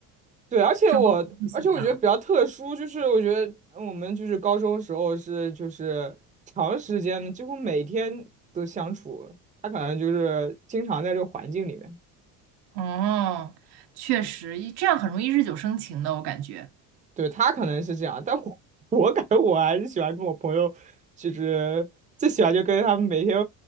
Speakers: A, on the right; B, on the right.
A: 对，而且我，
B: 之后就不喜欢了。
A: 而且我觉得比较特殊，就是我觉得我们就是高中时候是就是长时间的几乎每天都相处，他可能就是经常在这个环境里面，
B: 哦，确实，一这样很容易日久生情的，我感觉。
A: 对，他可能是这样，但我 <laughs> 我感觉我还是喜欢跟我朋友，就是最喜欢就跟他们每天